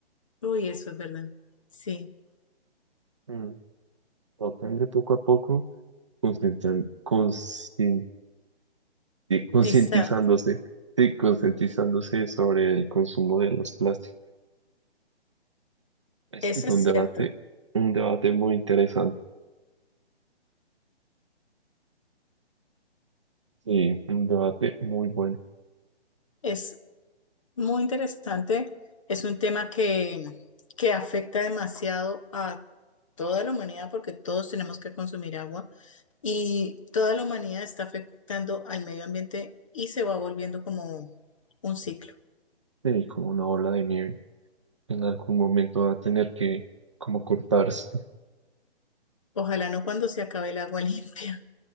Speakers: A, on the left; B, on the right.
A: Uy, eso es verdad. Sí,
B: Mm. Tocan de poco a poco, concientan- concienti- concientizándose,
A: tizar,
B: sí, concientizándose sobre el consumo de los plásticos. Es
A: eso
B: es
A: es
B: un debate,
A: cierto.
B: un debate muy interesante, sí, un debate muy bueno.
A: Es muy interesante, es un tema que, que afecta demasiado a toda la humanidad porque todos tenemos que consumir agua Y toda la humanidad está afectando al medio ambiente y se va volviendo como un ciclo.
B: Sí, como una ola de nieve. En algún momento va a tener que como cortarse.
A: Ojalá no cuando se acabe el agua limpia.